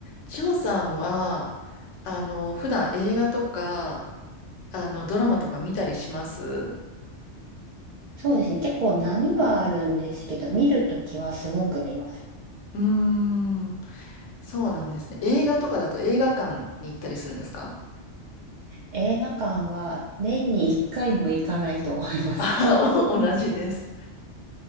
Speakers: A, on the left; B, on the right.
A: ジョさんは、あの、普段映画とか、あの、ドラマとか見たりしますう
B: そうですね。結構波はあるんですけど、見るときはすごく見ます。
A: ーん、そうなんですね。映画とかだと映画館に行ったりするんですか
B: 映画館は年に1回も行かないと思います。
A: あ、<laughs> お同じです。